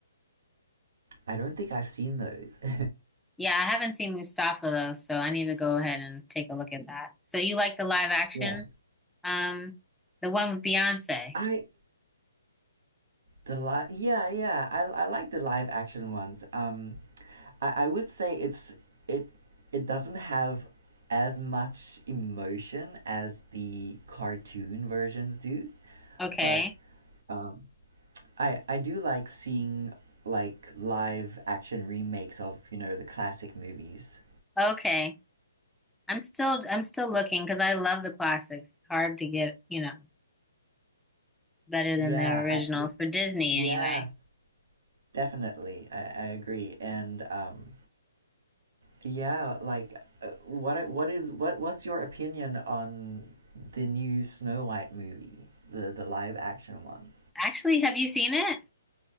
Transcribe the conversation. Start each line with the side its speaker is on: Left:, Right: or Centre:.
Right: I don't think I've seen those. <laughs>
Centre: Yeah, I haven't seen Mustafa though, so I need to go ahead and take a look at that. So you like the live action?
Right: Yeah.
Centre: Um, the one with Beyonce.
Right: I The live, yeah, yeah. I I like the live action ones. Um, I I would say it's it it doesn't have as much emotion as the cartoon versions do,
Centre: Okay.
Right: but um, I I do like seeing like live action remakes of, you know, the classic movies.
Centre: Okay. I'm still I'm still looking because I love the classics. It's hard to get, you know, better than
Right: Yeah,
Centre: the original
Right: I y-
Centre: for Disney
Right: yeah,
Centre: anyway.
Right: definitely. I I agree. And um Yeah, like uh, what I- what is what what's your opinion on the new Snow White movie? The the live action one.
Centre: Actually, have you seen it?